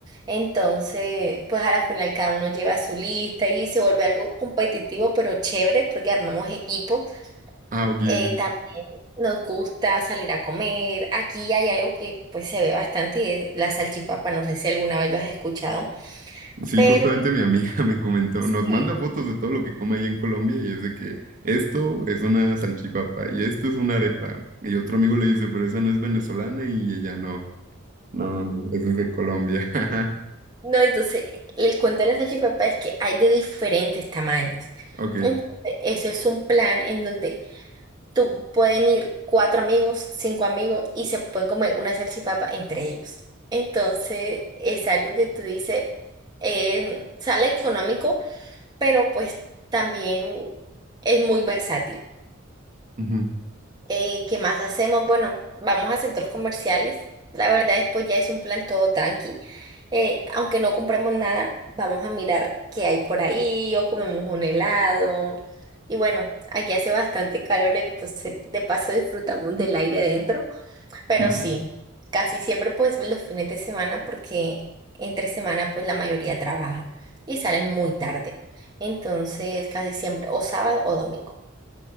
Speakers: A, on the right; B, on the right.
A: Entonces pues a la final cada uno lleva su lista y se vuelve algo competitivo pero chévere porque armamos equipos.
B: Ah, ok, ok.
A: Eh, también nos gusta salir a comer. Aquí hay algo que pues se ve bastante y es la salchipapa. No sé si alguna vez lo has escuchado.
B: Sí,
A: Pero
B: justamente mi amiga <laughs> me comentó,
A: sí,
B: nos manda fotos de todo lo que come allá en Colombia y es de que esto es una salchipapa y esto es una arepa. Y otro amigo le dice, pero esa no es venezolana y ella no. No, no, no, esa es de Colombia. <laughs>
A: no, entonces el cuento de la salchipapa es que hay de diferentes tamaños.
B: Ok.
A: Entonces, eso es un plan en donde tú pueden ir cuatro amigos, cinco amigos y se pueden comer una salchipapa entre ellos. Entonces, es algo que tú dices, eh, sale económico, pero pues también es muy versátil.
B: Ujú.
A: Eh, ¿qué más hacemos? Bueno, vamos a centros comerciales. La verdad, después ya es un plan todo tranqui. Eh, aunque no compremos nada, vamos a mirar qué hay por ahí o comemos un helado. Y bueno, aquí hace bastante calor, entonces de paso disfrutamos del aire dentro. Pero
B: <laughs>
A: sí, casi siempre pues los fines de semana porque entre semana pues la mayoría trabaja y salen muy tarde. Entonces casi siempre o sábado o domingo.